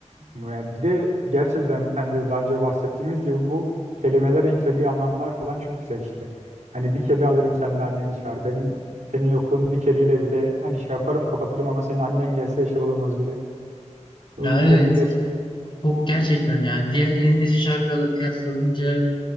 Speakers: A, on the right (about 75°); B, on the left (about 40°).
A: yani bir de gerçekten hani daha önce bahsettiğimiz gibi bu kelimeler yüklediği anlamlar falan çok güzel işte. Hani bir kedi alırım sen de anneni çağır. Ben senin yokluğunu bir kediyle bile hani şey yaparım kapatırım ama senin annen gelse şey olamaz bile. O
B: Ya
A: yüklediği
B: evet.
A: gerçekten.
B: Çok gerçekten yani diğer yeni nesil şarkılarla kıyaslayınca